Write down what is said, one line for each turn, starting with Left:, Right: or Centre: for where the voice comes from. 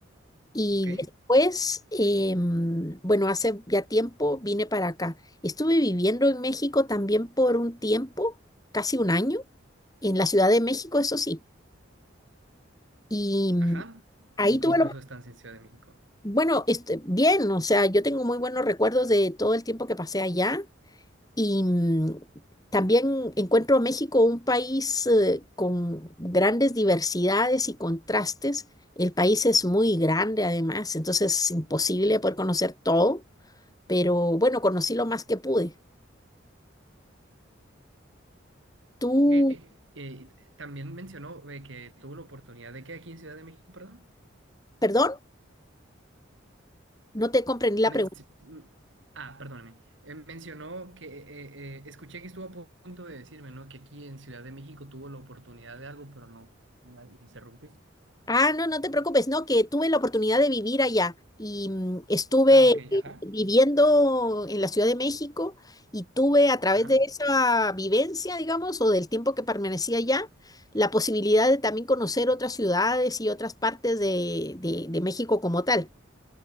Left: y
Right: ok,
Left: después, em, bueno, hace ya tiempo vine para acá. Estuve viviendo en México también por un tiempo, casi un año, en la Ciudad de México, eso sí. Y mm,
Right: ajá.
Left: ahí
Right: ¿Y cómo
Left: tuve
Right: fue
Left: lo...
Right: su estancia en Ciudad de México?
Left: Bueno, este, bien, o sea, yo tengo muy buenos recuerdos de todo el tiempo que pasé allá. Y mm, también encuentro a México un país eh, con grandes diversidades y contrastes. El país es muy grande además, entonces es imposible poder conocer todo, pero bueno, conocí lo más que pude. Tú,
Right: Que eh, también mencionó eh, que tuvo la oportunidad de que aquí en Ciudad de México, perdón.
Left: perdón, no te comprendí la
Right: Menci-
Left: pregunta.
Right: mm, ah, perdóname. Eh, mencionó que eh, eh, escuché que estuvo a pu- punto de decirme, ¿no? Que aquí en Ciudad de México tuvo la oportunidad de algo, pero no. no la le interrumpí.
Left: Ah, no, no te preocupes, no, que tuve la oportunidad de vivir allá y mm, estuve
Right: Ah, ok,
Left: eh,
Right: ajá.
Left: viviendo en la Ciudad de México y tuve a través
Right: Ajá.
Left: de esa vivencia, digamos, o del tiempo que permanecí allá, la posibilidad de también conocer otras ciudades y otras partes de, de, de México como tal.